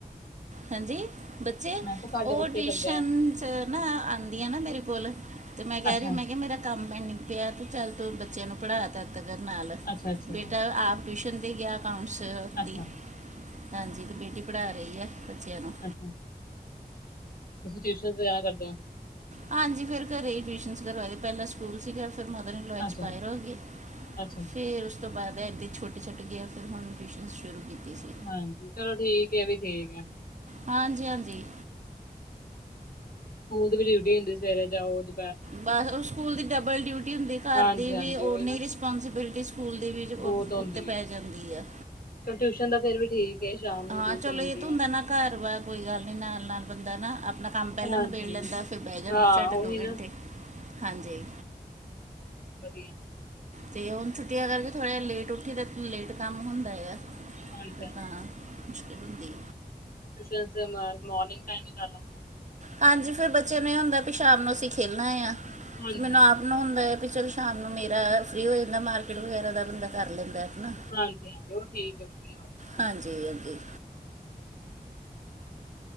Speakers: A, on the right; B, on the left.
A: ਹਾਂਜੀ ਬੱਚੇ,
B: ਮੈਂ ਕਿਹਾ ਤੁਹਾਡੇ
A: ਉਹ
B: ਬੱਚੇ
A: ਟਿਊਸ਼ਨ
B: ਕਰਦੇ ਆ
A: 'ਚ ਮੈਂ, ਆਉਂਦੀ ਆ ਨਾ ਮੇਰੇ ਕੋਲ, ਤੇ ਮੈਂ ਕਹਿ
B: ਅੱਛਾ
A: ਰਹੀ ਮੈਂ ਕਿਹਾ ਮੇਰਾ ਕੰਮ ਮੈਂ ਐਨੂੰ ਕੇਹਾ ਸੀ ਚੱਲ ਤੂੰ ਬੱਚਿਆਂ ਨੂੰ ਪੜ੍ਹਾ ਦੇਯਾ ਕਰ ਨਾਲ,
B: ਅੱਛਾ ਅੱਛਾ
A: ਬੇਟਾ ਆਪ ਟਿਊਸ਼ਨ 'ਤੇ ਗਿਆ ਅਕਾਊਂਟਸ
B: ਅੱਛਾ
A: ਦੀ ਹਾਂਜੀ, ਤੇ ਬੇਟੀ ਪੜ੍ਹਾ ਰਹੀ ਹੈ ਬੱਚਿਆਂ ਨੂੰ
B: ਅੱਛਾ ਤੁਸੀਂ ਟਿਊਸ਼ਨ ' ਲੇਯਾ ਕਰਦੇ ਹੋ
A: ਹਾਂਜੀ ਫਿਰ ਘਰੇ ਹੀ ਟਿਊਸ਼ਨ ਕਰਵਾਏ ਪਹਿਲਾਂ ਸਕੂਲ ਸੀਗਾ ਫਿਰ ਮਦਰ ਇਨ ਲਾਅ ਐਕਸਪਾਇਰ
B: ਅੱਛਾ
A: ਹੋ ਗਈ
B: ਅੱਛਾ ਅੱਛਾ
A: ਫਿਰ ਉਸ ਤੋਂ ਬਾਅਦ ਇੱਦੇ ਛੋਟੇ ਛੱਟ ਗਿਆ, ਫਿਰ ਹੁਣ ਟਿਊਸ਼ਨ ਸ਼ੁਰੂ ਕੀਤੀ ਸੀ
B: ਹਾਂਜੀ ਚਲੋ ਠੀਕ ਐ, ਵੀ ਠੀਕ ਆ
A: ਹਾਂਜੀ ਹਾਂਜੀ
B: ਸਕੂਲ ਦੀ ਵੀ ਡਿਊਟੀ ਹੁੰਦੀ ਸਵੇਰੇ ਜਾਓ ਤੇ
A: ਬਸ ਉਹ ਸਕੂਲ ਦੀ ਡਬਲ ਡਿਊਟੀ ਹੁੰਦੀ ਘਰ
B: ਹਾਂਜੀ
A: ਦੀ ਵੀ
B: ਹਾਂਜੀ
A: ਉਹਨੀ
B: ਉਹੀ ਨਾ
A: ਰਿਸਪੋਂਸੀਬਿਲਿਟੀ ਸਕੂਲ ਦੀ ਵੀ
B: ਬਹੁਤ ਹੁੰਦੀ
A: ਤੇ ਪੈ
B: ਹੈ
A: ਜਾਂਦੀ ਆ
B: ਚਲ ਟਿਊਸ਼ਨ ਦਾ ਫਿਰ ਵੀ ਠੀਕ ਹੈ ਸ਼ਾਮ ਨੂੰ
A: ਹਾਂ
B: ਟਿਊਸ਼ਨ
A: ਚਲੋ
B: ਹੁੰਦੀ
A: ਇਹ ਤਾਂ ਹੁੰਦਾ
B: ਹੈ
A: ਨਾ, ਘਰ ਵਾ ਕੋਈ ਗੱਲ ਨੀ ਨਾਲ ਨਾਲ ਬੰਦਾ ਨਾ ਆਪਣਾ ਕੰਮ ਪਹਿਲਾਂ
B: ਹਾਂਜੀ
A: ਨਬੇੜ ਲੈਂਦਾ, ਫਿਰ ਬਹਿ ਜਾਂਦਾ
B: ਹਾਂ
A: ਝਟੇ ਦੋ
B: ਉਹੀ
A: ਘੰਟੇ
B: ਨਾ
A: ਹਾਂਜੀ
B: ਵਧੀਆ
A: ਤੇ ਹੁਣ ਛੁੱਟੀਆਂ ਕਰਕੇ ਥੋੜ੍ਹਾ ਜਿਹਾ ਲੇਟ ਉੱਠੀ ਦਾ, ਤਾਂ ਲੇਟ ਕੰਮ ਹੁੰਦਾ ਐ,
B: ਹਾਂਜੀ ਹਾਂਜੀ
A: ਹਾਂ ਮੁਸ਼ਕਿਲ ਹੁੰਦੀ
B: ਟਿਊਸ਼ਨ ਮੋਰਨਿੰਗ ਟਾਈਮ ਹੀ ਕ
A: ਹਾਂਜੀ ਫੇਰ ਬੱਚੇ ਨੂੰ ਇਹ ਹੁੰਦਾ ਵੀ ਸ਼ਾਮ ਨੂੰ ਅਸੀਂ ਖੇਲਣਾ ਆ,
B: ਹਾਂਜੀ
A: ਮੈਨੂੰ
B: ਹਾਂਜੀ
A: ਆਪ ਨੂੰ ਹੁੰਦਾ ਹੈ ਵੀ ਚਲ ਸ਼ਾਮ ਨੂੰ ਮੇਰਾ ਫ੍ਰੀ ਹੋ ਜਾਂਦਾ ਮਾਰਕੀਟ ਵਗੈਰਾ ਦਾ ਬੰਦਾ ਕਰ ਲੈਂਦਾ ਹੈ ਨਾ
B: ਹਾਂਜੀ ਹਾਂਜੀ ਉਹ ਠੀਕ ਹੈ ਵਧੀਆ
A: ਹਾਂਜੀ ਹਾਂਜੀ